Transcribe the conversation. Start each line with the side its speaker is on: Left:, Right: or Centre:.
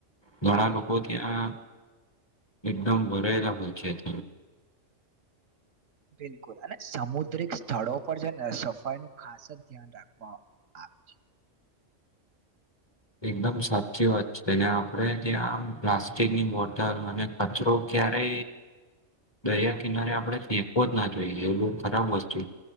Left: ઘણા લોકો ત્યાં એકદમ ભરાયેલા હોય છે ત
Right: બિલકુલ અને સમુદ્રિક સ્થળો પર છે ને સફાઈ ન ખાસ જ ધ્યાન રાખવા હા છે
Left: એકદમ સાચી વાત છે અનેને આપડણે ત્યાં આમ પ્લાસ્ટિકની બોટલ અને કચરો ક્યારે દરિયા કિનારે આપણે ફેંકવો જ ના જોઈએ એ બું ખરાબ વસ્તુ